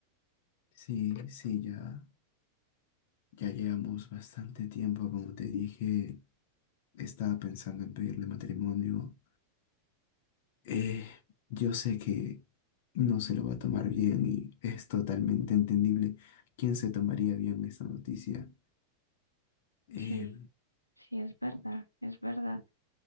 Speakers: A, on the left; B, on the left.
A: Sí, sí, ya, ya llevamos bastante tiempo, como te dije, estaba pensando en pedirle matrimonio. Eh, yo sé que no se lo va a tomar bien y es totalmente entendible quién se tomaría bien esta noticia. Eh,
B: Sí, sí, es verdad, es verdad.